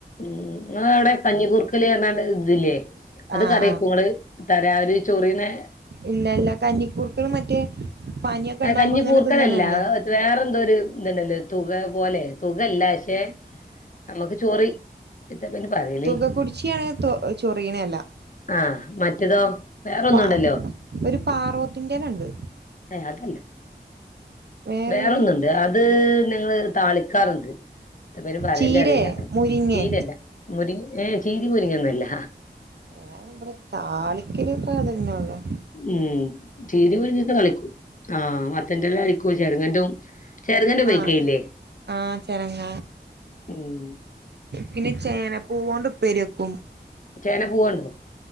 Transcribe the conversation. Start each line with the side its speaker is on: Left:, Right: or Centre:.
Left: ങ്ങടെ അവിടെ കഞ്ഞിക്കൂർക്കല് ന്നൊരു ഇതില്ലേ അത്
Right: ആഹ്
Left: കറിയാക്കോ ങ്ങൾ തര ആ ഒരു ചൊറിണെ
Right: ഇല്ലല്ല കന്നിക്കൂർക്കളും മറ്റേ പനിയൊക്കെ
Left: ആ
Right: ഉണ്ടാവുമ്പോ
Left: കഞ്ഞിക്കൂർക്കലല്ല
Right: ഇങ്ങനെ തിന്നണല്ലേ
Left: വേറെന്തോ ഒരു ഇതുണ്ടല്ലോ തുക പോലെ തുകല്ല പക്ഷെ നമ്മുക്ക് ചോറി എന്താപ്പന്നെ പറെല്
Right: തുക കുടിച്ചിയാണ് തൊ ചൊറിയണല്ല
Left: ആഹ മറ്റേതോ വേറെന്നുംണ്ടല്ലോ
Right: പ ഒരു പാറോത്തിന്റെലണ്ട്
Left: അത്
Right: വേറെ
Left: വേറൊന്നുണ്ട് അത് ഞങ്ങള് താളിക്കാറുണ്ട് എന്താ പേര് പറയണേ
Right: ചീരേ
Left: എന്നറിയില്ല
Right: മുരിങ്ങേ
Left: ചീര അല്ല ഏ ചീര മുരിങ്ങ ഒന്നുമല്ല
Right: വേറെ നമ്മടെ താളിക്കല് ഇപ്പ അതന്നള്ളോ
Left: ഉം ചീനി പുഴുങ്ങിയിട്ട് താളിക്കും ആഹ് മത്തന്റെല താളിക്കും ചെരങ്ങന്റെ ഉപയോഗിക്കലില്ലേ
Right: ആഹ ആഹ ചെരങ്ങ
Left: ഉം
Right: പിന്നെ ചേന പൂവൊണ്ട് ഉപ്പേരി വെക്കും
Left: ചേനപ്പൂവോണ്ടോ?